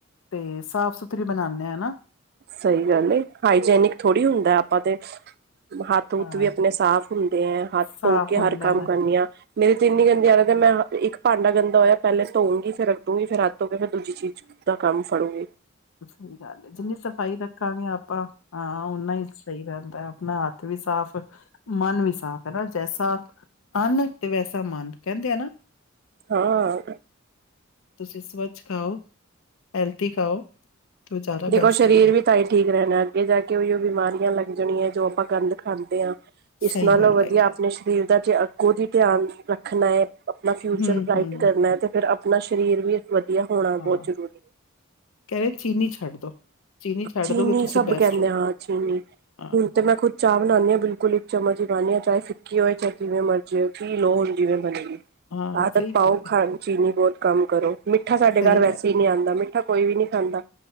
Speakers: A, on the left; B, on the right.
A: ਤੇ ਸਾਫ਼ ਸੁਥਰੀ ਬਣਾਣੇ ਆਂ ਹਨਾ।
B: ਸਹੀ ਗੱਲ ਏ ਹਾਈਜੇਨਿਕ ਥੋੜ੍ਹੀ ਹੁੰਦਾ ਆਪਾਂ ਤੇ ਹੱਥ ਹੁਥ
A: ਹਾਂ
B: ਵੀ ਆਪਣੇ ਸਾਫ਼ ਹੁੰਦੇ ਐ, ਹੱਥ
A: ਸਾਫ਼
B: ਧੋ ਕੇ
A: ਹੁੰਦੇ
B: ਹਰ ਕੰਮ
A: ਨੇ
B: ਕਰਨੇ ਆ। ਮੇਰੇ ਤੇ ਇਨੀ ਗੰਦੀ ਆਦਤ ਏ ਤੇ ਮੈਂ ਇੱਕ ਭਾਂਡਾ ਗੰਦਾ ਹੋਇਆ ਪਹਿਲੇ ਧੋਉਗੀ ਫਿਰ ਰਖੂੰਗੀ, ਫਿਰ ਹੱਥ ਧੋ ਕੇ ਫਿਰ ਦੂਜੀ ਚੀਜ਼ ਤਾਂ ਕੰਮ ਫ਼ਡੋਗੇ
A: ਸਹੀ ਗੱਲ ਐ, ਜਿੰਨੀ ਸਫ਼ਾਈ ਰੱਖਾਂਗੇ ਆਪਾਂ ਹਾਂ ਓਨਾ ਈ ਸਹੀ ਰਹਿੰਦਾ, ਆਪਣਾ ਹੱਥ ਵੀ ਸਾਫ਼ ਮਨ ਵੀ ਸਾਫ਼ ਐ ਨਾ ਜੈਸਾ ਅੰਨ ਤੇ ਵੈਸਾ ਮਨ ਕਹਿੰਦੇ ਆ ਨਾ।
B: ਹਾਂ।
A: ਤੁਸੀਂ ਸਵੱਛ ਖਾਓ, ਹੈਲਥੀ ਖਾਓ। ਤੇ ਉਹ ਜ਼ਿਆਦਾ
B: ਦੇਖੋ
A: ਬੈਸਟ
B: ਸ਼ਰੀਰ
A: ਹੈਗਾ
B: ਵੀ ਤਾਂਈ ਠੀਕ ਰਹਿਣਾ ਅੱਗੇ ਜਾ ਕੇ ਉਈ ਉਹ ਬਿਮਾਰੀਆਂ ਲੱਗ ਜਾਣੀਆਂ ਐ ਜੋ ਆਪਾਂ ਗੰਦ ਖਾਂਦੇ ਆਂ, ਇਸ
A: ਸਹੀ
B: ਨਾਲੋਂ
A: ਗੱਲ
B: ਵਧੀਆ
A: ਹੈਗੀ
B: ਆਪਣੇ
A: ਹੈ
B: ਸਰੀਰ ਦਾ ਧਿਆਨ ਅੱਗੂ ਦੀ ਧਿਆਨ ਰੱਖਣਾ ਐ। ਆਪਣਾ ਫਿਊਚਰ
A: ਹਮ
B: ਬਰਾਈਟ
A: ਹਮ
B: ਕਰਨਾ ਤੇ ਫਿਰ ਆਪਣਾ ਸਰੀਰ ਵੀ ਵਧੀਆ ਹੋਣਾ ਬਹੁਤ
A: ਹਾਂ
B: ਜ਼ਰੂਰੀ।
A: ਕਹਿ ਰਹੇ ਚੀਨੀ ਛੱਡ ਦੋ। ਚੀਨੀ ਛੱਡ
B: ਚੀਨੀ
A: ਦੋਗੇ ਤੁਸੀਂ
B: ਸਭ
A: ਬੈਸਟ
B: ਕਹਿੰਦੇ
A: ਰਹੋ
B: ਹਾਂ ਚੀਨੀ।
A: ਹਾਂ
B: ਹੁਣ ਤੇ ਮੈਂ ਖੁਦ ਚਾਹ ਬਣਾਣੀ ਆਂ, ਬਿਲਕੁੱਲ ਇੱਕ ਚੱਮਚ ਈ ਪਾਣੀ ਆਂ ਚਾਹੇ ਫੀਕੀ ਹੋਵੇ ਚਾਏ ਜਿਵੇਂ ਮਰਜ਼ੀ ਹੋਵੇ ਪੀ ਲੋ ਹੁਣ ਜਿਵੇਂ ਬਣੀ।
A: ਹਾਂ
B: ਆਦਤ
A: ਸਹੀ
B: ਪਾਓ
A: ਗੱਲ
B: ਖਾਣ
A: ਹੈ
B: ਚੀਨੀ ਬਹੁਤ ਕੰਮ ਕਰੋ ਮਿੱਠਾ ਸਾਡੇ
A: ਸਹੀ
B: ਘਰ ਵੈਸੇ
A: ਗੱਲ
B: ਈ ਨਈਂ ਆਂਦਾ ਮਿੱਠਾ ਕੋਈ ਵੀ ਨੀ ਖਾਂਦਾ।